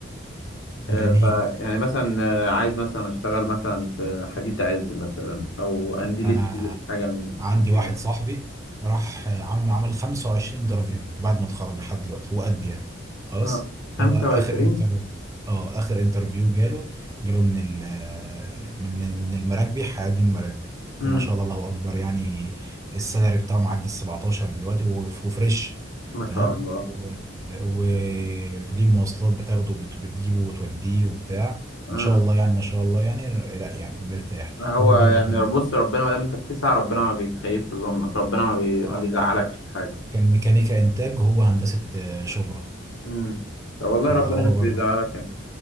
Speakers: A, on the left; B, on the right.
A: آه،
B: جميل
A: ف يعني مثلا آه، عايز مثلا اشتغل مثلا في حديد عز مثلا او قنديل
B: انا
A: ستيل حاجه من
B: عندي
A: من كده
B: واحد صاحبي راح عم- عمل 25 انترفيو بعد ما اتخرج لحد دلوقتي هو قد يعني خلاص
A: آه، 25
B: هو اخر انترفيو اه اخر انترفيو جاله جاله من ال من من المراكبي حيادي المراكبي
A: امم
B: وما شاء الله الله اكبر يعني السالري بتاعه معدي ال 17 دلوقتي وهو ف- وفريش
A: ما
B: تمام
A: شاء الله
B: وليه مواصلات بتاخده وبت- بتجيبه وتوديه وبتاع
A: آه،
B: ما شاء الله يعني ما شاء الله يعني لا يعني مرتاح
A: هو
B: هو برضه
A: يعني
B: كان
A: بص ربنا ما دام انت بتسعى ربنا ما بيخيبش ظنك ربنا ما, بي...
B: اه
A: ما بيزعلكش
B: طبعا
A: في حاجه
B: كان ميكانيكا انتاج هو هندسة آه، شبرا
A: امم والله
B: فهو
A: ربنا مش
B: برضو
A: بيزعلك يعني.